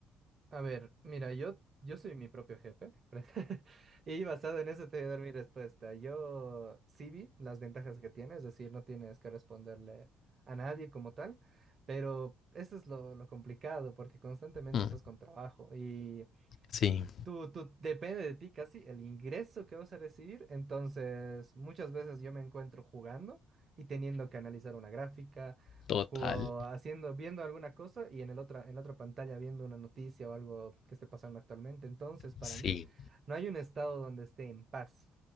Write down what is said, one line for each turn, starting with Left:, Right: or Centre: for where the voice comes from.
Right: A ver, mira, yo, yo soy mi propio jefe. <laughs> Y basado en eso te voy a dar mi respuesta. Yo sí vi las ventajas que tiene, es decir, no tienes que responderle a nadie como tal, pero eso es lo, lo complicado porque constantemente
Left: Mm,
Right: estás con trabajo y...
Left: sí,
Right: Tú, tú, depende de ti casi el ingreso que vas a recibir. Entonces, muchas veces yo me encuentro jugando y teniendo que analizar una gráfica,
Left: total.
Right: jugo- haciendo, viendo alguna cosa y en el otra, en la otra pantalla viendo una noticia o algo que esté pasando actualmente. Entonces, para
Left: Sí,
Right: mí, no hay un estado donde esté en paz.